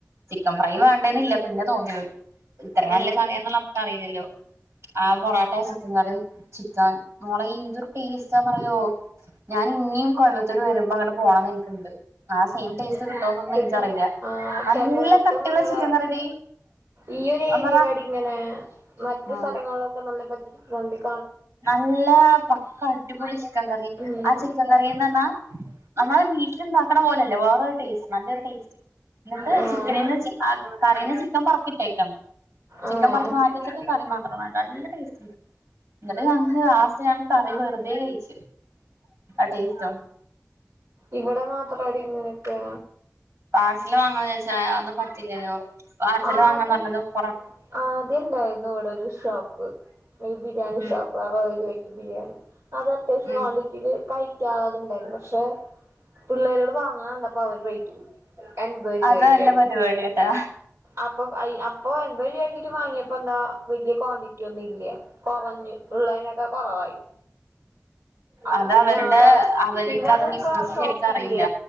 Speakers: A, on the right; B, on the right.
A: ചിക്കൻ ഫ്രൈ വേണ്ടന്നില്ല പിന്നെ തോന്നിയ ഇത്ര നല്ല
B: ആഹ്
A: കറിയാന്ന് നമുക്ക് അറിയില്ലല്ലോ ആ പൊറ ചിക്കൻ കറിയും ചിക്കാൻ മോളെ എന്തൊരു ടേസ്റ്റാന്ന് അറിയോ ഞാൻ ഇനിയും കോയമ്പത്തൂർ വരുമ്പോ അങ്ങട് പോണന്ന് എനക്ക്ണ്ട് ആ സെയിം ടേസ്റ്റ്
B: <unintelligible>
A: കിട്ടോന്നൊന്നും എനിക്കറിയില്ല
B: ആ
A: നല്ല
B: ചലോടത്ത
A: കട്ടിയുള്ള
B: നല്ലതാ
A: ചിക്കൻ കറിയെടി
B: ഈ ഒരു
A: ഒന്നറ
B: ഏരിയ ലാടി ഇങ്ങനെ മറ്റു
A: ഉം
B: സ്ഥലങ്ങളിലൊക്കെ നല്ല <unintelligible>
A: നല്ല പക്ക ടിപൊളി ചി ക്കൻ കറി
B: ഉം
A: ആ ചിക്കൻ കറി ന്നർഞ്ഞ നമ്മള് വീട്ടില്ണ്ടാക്കണ പോലെയല്ലേ വേറൊരു ടേസ്റ്റ് നല്ലൊരുടേസ്റ്റ് ന്നട്ട്
B: ആഹ്
A: ചിക്കനീന്ന് ചി അ കറീന്ന് ചിക്കൻ പൊറക്കിട്ടേക്കൻ ചിക്കൻ
B: ആഹ്
A: പറക്കി മാറ്റി വെച്ചിട്ട് കറി മാത്രം <unintelligible> നല്ല ടേസ്റ്റ് ണ്ട്. ന്നട്ട് ഞങ്ങക്ക് ലാസ്റ്റ് ഞങ്ങൾ കറി വെറ്തെ കഴിച്ചു ആ ടേസ്റ്റോണ്ട്
B: ഇവടെ മാത്രടി ഇങ്ങനൊക്കെ
A: പാർസൽ വാങ്ങണ വിചാര്ച്ച് റ്റാ ഒന്നും പറ്റില്ലല്ലോ പാർസല്
B: ആദ്യം
A: വാങ്ങാന്ന് പറഞ്ഞത് പൊറ
B: ആദ്യം ണ്ടായിരുന്നു ഇവടൊരു ഷ് ഷോപ്പ് ഒരു ബിരിയാണി
A: ഉം
B: ഷോപ്പ് <unintelligible> ബിരിയാണി അത് അത്യാവശ്യം
A: ഉം
B: ക്വാണ്ടിറ്റില് കഴിക്കാനുള്ളത്ണ്ടായിന്നു പക്ഷെ പിള്ളേരോട് വാങ്ങണ കണ്ടപ്പൊ അവര് റേറ്റ് കൂട്ടി എൺപത് രൂപയ്ക്കാക്കി
A: അത് നല്ല പരിപാടിയാട്ടാ
B: അപ്പൊ അയ് അപ്പൊ എൺപത് രൂപക്കിട്ട് വാങ്ങിയപ്പോ എന്താ വല്യ ക്വാണ്ടിറ്റി ഒന്നും ഇല്ല കൊറഞ്ഞു ഉള്ളേനൊക്കെ കുറവായി അപ്പൊ
A: അത്
B: പിന്നെ
A: അവരുടെ
B: ഞങ്ങള്
A: അവർക്ക്
B: പിന്നെ
A: അത്
B: ഇപ്പ
A: ബിസിനസ്
B: ഷോപ്പില്ല
A: ശരിക്കും അറിയില്ല